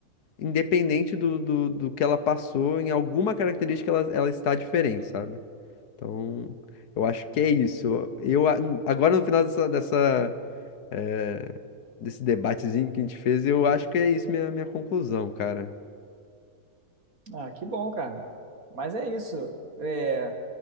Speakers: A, on the left (about 80°); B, on the right (about 65°).
A: independente do, do, do que ela passou, em alguma característica ela, ela está diferente, sabe? Então, eu acho que é isso. Eu, a- agora no final dessa, dessa, eh, desse debatezinho que a gente fez, eu acho que é isso minha, minha conclusão, cara.
B: Ah, que bom, cara. Mas é isso. É,